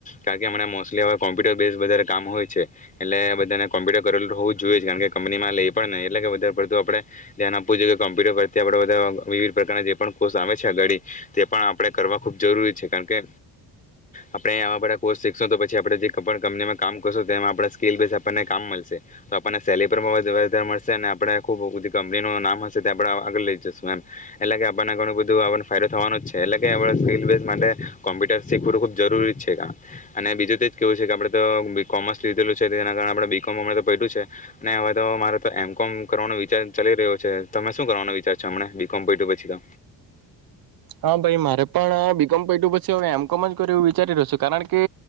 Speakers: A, on the left (about 20°); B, on the right (about 55°).
A: કારણ કે હમણા મોસ્ટલી હવે કોમ્પ્યુટર બેઝડ વધારે કામ હોય છે એટલે બધાને કોમ્પ્યુટર તે આપણે બધા વિવિધ પ્રકારના જે પણ કોર્સ આવે છે આગળ તે પણ આપણે કરવા ખૂબ જરૂરી છે કારણ કે આપણે આવા બધા કોર્સ શીખશું તો પછી આપણે જે કંપનીમાં કામ કરશું તેમાં આપણે સ્કીલ બેઝ આપણને કામ મળશે તો આપણને સેલીરી પર વધારે મળશે અને આપણે ખૂબ કંપનીનું નામ હશે તે આપડા આગળ લઈ જશે એમ કે આપણને ઘણું બધુંને ફાયદો થવાનો છે એટલે કે સ્કીલ બેઝ માટે કોમ્પ્યુટર શીખવું ખુબ જરૂરી જ છે અને બીજું તે કેવું છે કે આપડણે તો બી કોમર્સ લીધેલું છે તેના કારણે બી કોમ અરે તો પડું છે અને હવે તો મારે તો એમ કોમ કરવાનો વિચાર ચાલી રહ્યો છે તમે શું કરવાનો વિચાર આમળા બીકોમ કર્યું પછી તો
B: હા ભાઈ મારે પણ બીકોમ પત્યું હ એમ કોમ જ કર્યું એવું વિચારી રહ્યો છું કારણ કે